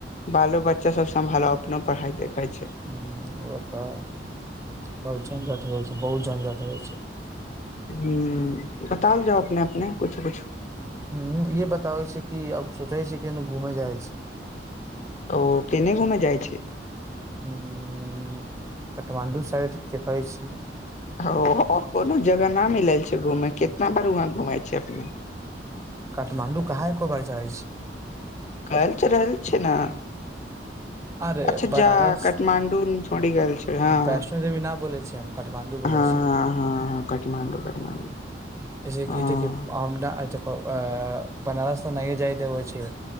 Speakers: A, on the left; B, on the right.
A: बालो बच्चा सब संभालो अपनो पढ़ाई देखै छै
B: ह वैह तऽ बहुत झंझट होइ छै बहुत झंझट होइ छै
A: ह बताउल जाउ अपने अपने कुछु कुछु
B: ह इे बताबै छै कि आब सोचे छै कि घूमे जाई छी
A: ओ केने घूमे जाई छी
B: हूँ काठमाण्डू साइड देखै छी
A: ओ आओर कोनो जगह न मिलल छै घूमे के कितना बार वहा घुम छै अपने
B: काठमाण्डू कहाँ एकोबार जाई छी
A: कल चरल छै ने
B: अरे
A: अच्छा
B: बनारस
A: जा काठमाण्डू थोड़ी ह हँ
B: वैष्णो देवी न बोलै छी हम काठमाण्डू बोलै
A: ह हँ
B: छी
A: हँ काठमाण्डू काठमाण्डू
B: ऐसे की
A: हँ
B: ते <unintelligible> की देखेकि अ बनारस त नहि जाय देव छै